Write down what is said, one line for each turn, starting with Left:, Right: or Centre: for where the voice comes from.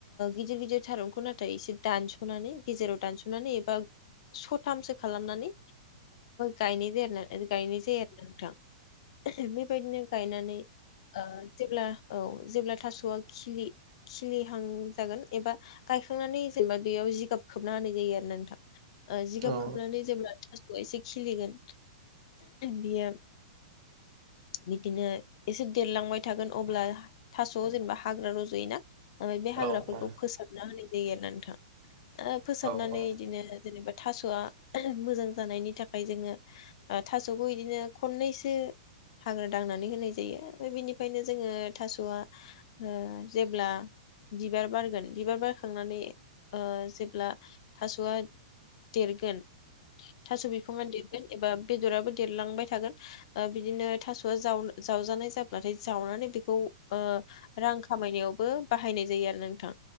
Left: गिदिर गिदिर थारुनखौ नाथाय एसे दानसनानै गेजेराव दानसनानै एबा स थामसो खालामनानै गायनो जायो <unintelligible> नोंथां बेबायदिनो गायनानै ओ जेब्ला औ जेब्ला थासआ खिलि खिलिहां जागोन एबा गायखांनानै जेनेबा बेयाव जिगाब खोबना होनानाय जायो आरोना नोंथां अ जिगाब
Right: औ
Left: खोबनानै जेब्ला थासया एसे खिलिगोन बियो बिदिनो एसे देरलांबाय थागोन अब्ला थास' जेनेबा हाग्रा रजयोना बे हाग्राफोरखौ
Right: औ औ
Left: फोसाबना होना होयो आरोना नोंथां फोसाबनानै
Right: औ-औ-औ-औ-औ-औ-औ-औ-औ-औ-औ-औ-औ
Left: बिदिनो जेनेबा थासआ मोजां जानायनि थाखाय जोङो थासखौ बिदिनो खननैसो हाग्रा दांनानै होनाय जायो ओमफ्राय बेनिफ्रायनो जोङो थासआ ओ जेब्ला बिबार बारगोन बिबार बारखांनानै ओ जेब्ला थासआ देरगोन थास' बिखङा देरगोन एबा बेदराबो देरलांबाय थागोन बिदिनो थासआ जाव जावजानाय जाब्लाथाय जावनानै बेखौ ओ रां खामायनायावबो बाहायनाय जायो आरो नोंथां